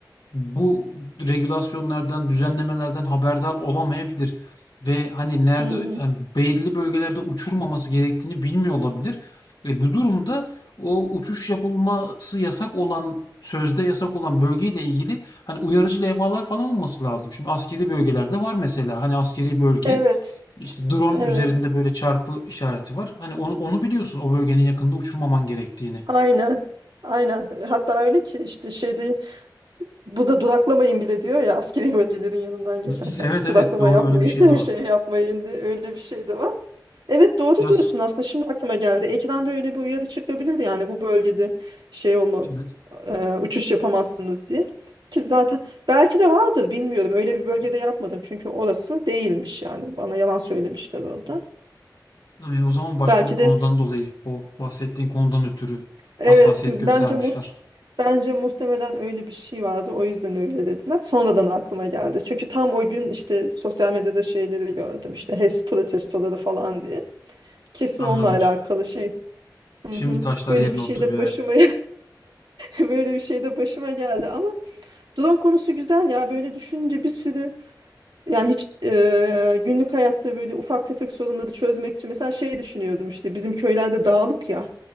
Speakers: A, on the left; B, on the right.
A: bu regülasyonlardan, düzenlemelerden haberdar olamayabilir ve hani nerede
B: <laughs> Hı hı.
A: yani belli bölgelerde uçurmaması gerektiğini bilmiyor olabilir. E, bu durumda o uçuş yapılması yasak olan sözde yasak olan bölgeyle ilgili hani uyarıcı levhalar falan olması lazım. Şimdi askeri bölgelerde var mesela hani askeri bölge
B: Evet.
A: işte drone
B: Evet.
A: üzerinde böyle çarpı işareti var. Hani onu, onu biliyorsun o bölgenin yakında uçurmaman gerektiğini.
B: Aynen. Aynen. Hatta öyle ki işte şeyde Bu da duraklamayın bile diyor ya askeri bölgelerin yanından
A: <laughs>
B: geçerken.
A: Evet evet
B: Duraklama
A: doğru
B: yapmayın,
A: öyle bir şey de var.
B: <laughs> şey yapmayın diye öyle bir şey de var. Evet doğru
A: Yaz
B: diyorsun aslında şimdi aklıma geldi. Ekranda öyle bir uyarı çıkabilir yani bu bölgede şey olmaz,
A: evet.
B: e, uçuş yapamazsınız diye. Ki zaten belki de vardır bilmiyorum öyle bir bölgede yapmadım çünkü orası değilmiş yani bana yalan söylemişler orada.
A: Evet, o zaman başka
B: Belki
A: bir konudan
B: de
A: dolayı o bahsettiğin konudan ötürü
B: Evet,
A: hassasiyet
B: bence
A: göstermişler.
B: muht bence muhtemelen öyle bir şey vardı. O yüzden öyle dediler. Sonradan aklıma geldi. Çünkü tam o gün işte sosyal medyada şeyleri gördüm. İşte HES protestoları falan diye. Kesin
A: Anladım.
B: onunla alakalı
A: şi-
B: şey. Hı
A: Şimdi
B: hı.
A: taşlar
B: Böyle
A: yerine
B: bir şey
A: oturuyor
B: de başıma
A: evet.
B: <laughs> böyle bir şey de başıma geldi ama drone konusu güzel ya. Böyle düşününce bir sürü yani hiç e, günlük hayatta böyle ufak tefek sorunları çözmek için mesela şey düşünüyordum işte bizim köylerde dağlık ya.